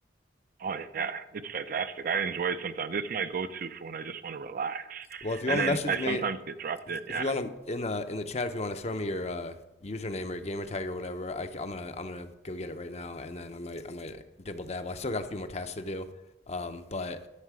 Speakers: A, on the right; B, on the left.
A: oh yeah, it's fantastic. I enjoy it sometimes. It's my go-to for when I just want to relax.
B: Well, if you
A: And
B: want
A: then
B: to message
A: I
B: me,
A: sometimes get dropped in. Yeah.
B: if you want to in the in the chat, if you want to throw me your uh, username or your gamer tag or whatever, I, am gonna I'm gonna go get it right now, and then I might I might dibble dabble. I still got a few more tasks to do, um, but